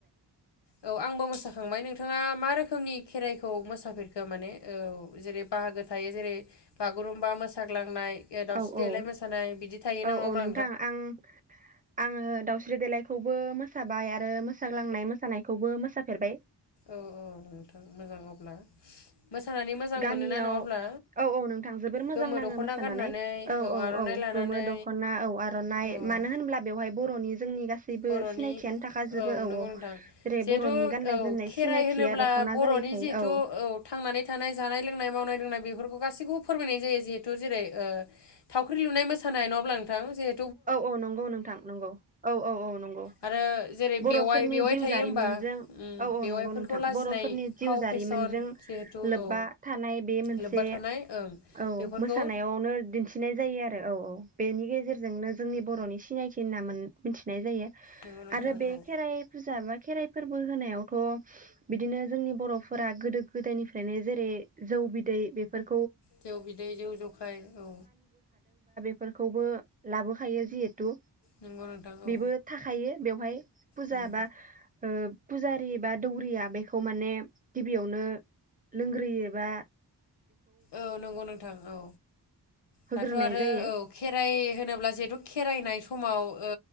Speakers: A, on the left (about 80°); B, on the right (about 20°).
A: औ आंबो मोसाखांबाय नोंथाङा मा रोख खोमनि खेराइखौ मोसाफेरखो माने औ जेरै बाहागो थायो जेरै बागुरुम्बा मोसाग्लांनाय दावस्रि
B: औ औ
A: देलाय मोसानाय बिदि थायो नङा
B: औ
A: होमबा
B: औ नोंथां आं आङो दाउस्रि स्रि देलायखौबो मोसाबाय आरो मोसाग्लांनाय मोसानायखौबो मोसाफेरबाय
A: औ औ नोंथां मोजां अब्ला मोसानानै मोजां
B: गामियाव
A: मोनोना नङाब्ला
B: औ औ नोंथां जोबोर मोजां
A: गोमो
B: नाङो
A: दख'ना
B: मोसानानै
A: गाननानै
B: औ औ
A: आर'नाइ
B: औ
A: लानानै
B: गोमो दखना औ आरनाइ
A: औ
B: मानो होनब्ला बेवहाय बर'नि जोंनि गासैबो
A: बर'नि
B: सिनायथियानो थाखाजोबो औ
A: नंगौ
B: औ
A: नोंथां
B: जेरै
A: जिहेथु
B: बरनि गान्नाय
A: औ
B: जोमनाय
A: खेराइ
B: सिनायथिया
A: होनोब्ला
B: दख'ना
A: बर'नि
B: जायैखायो
A: जिहेथु
B: औ
A: थांनानै थानाय जानाय लोंनाय मावनाय <unintelligible> बेफोरखौ गासिबखौबो फोरमायनाय जायो जिहेथु जेरै ओ थावख्रि लुनाय मोसानाय नङा ब्ला नोंथां जे
B: औ औ नंगौ नोंथां नंगौ औ औ औ औ नंगौ
A: आरो जेरै
B: बर'फोरनि
A: बेवाइ बेवाइ
B: जिउ
A: थायो
B: जारिमिनजों
A: होमबा उम
B: औ औ
A: बेवाइफोरखौ
B: नंगौ नोंथां
A: लाजिनाय
B: बर'फोरनि जिउ
A: फाव
B: जारिमिनजों
A: फेसन जिहेथु
B: लोब्बा
A: औ
B: थानाय बे मोनसे
A: लोब्बा थानाय ओं
B: औ
A: बेफोरखौ
B: मोसानायावनो दिन्थिनाय जायो आरो औ औ बेनि गेजेरजोंनो बर'नि सिनायथि होनना मोन‌-मिथिनाय जायो।
A: नंगौ नोंथां
B: आरो बे
A: औ
B: खेराइ फुजा बा खेराइ फोरबो होनायावथ बिदिनो जोंनि बर'फोरा गोदो गोदायनिफ्रायनो जेरै जौ बिदै बेफोर
A: जौ बिदै जौ जखाय औ
B: फोरखौबो लाबो फायो जिहेतु
A: नंगौ नोंथां
B: बेबो
A: औ
B: थाखायो बेवहाय फुजा
A: उम
B: बा ओ फुजारि बा दौरिया बेखौ माने गिबियावनो लोंग्रोयो बा
A: औ नंगौ नोंथां औ
B: होग्रोनाय
A: दाथ' आरो
B: जायो
A: औ खेराइ होनोब्ला जिहेथु खेराइनाय समाव ओ